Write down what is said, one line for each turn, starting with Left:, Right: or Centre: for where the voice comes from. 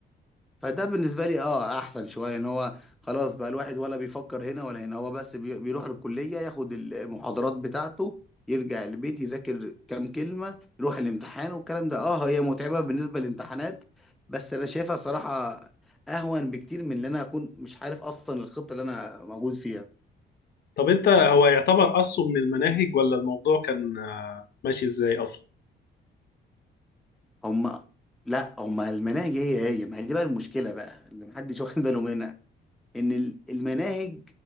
Centre: فده بالنسبه لي اه احسن شويه ان هو خلاص بقى الواحد ولا بيفكر هنا ولا هنا هو بس بي- بيروح الكليه ياخد المحاضرات بتاعته يرجع البيت يذاكر كام كلمه يروح الامتحان والكلام ده اه هي متعبه بالنسبه للامتحانات بس انا شايفها صراحه اهون بكتير من اللي انا هكون مش عارف اصلا الخطه اللي انا موجود فيها
Left: طب انت هو يعتبر قصه من المناهج ولا الموضوع كان آه، ماشي ازاي اصلا
Centre: هم لا هم المناهج هي هي ما هي دي بقى المشكله بقى اللي محدش واخد باله منها ان ال- المناهج